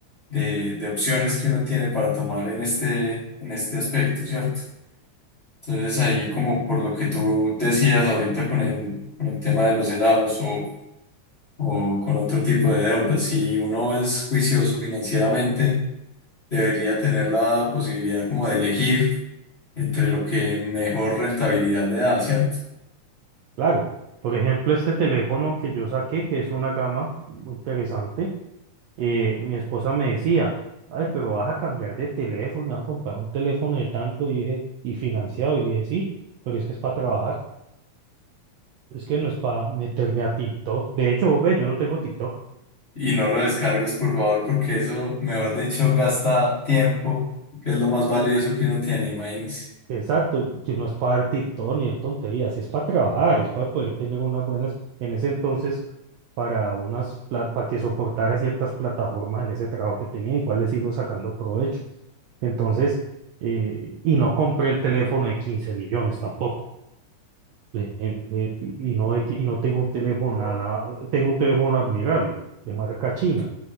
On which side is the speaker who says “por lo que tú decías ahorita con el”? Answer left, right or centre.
Left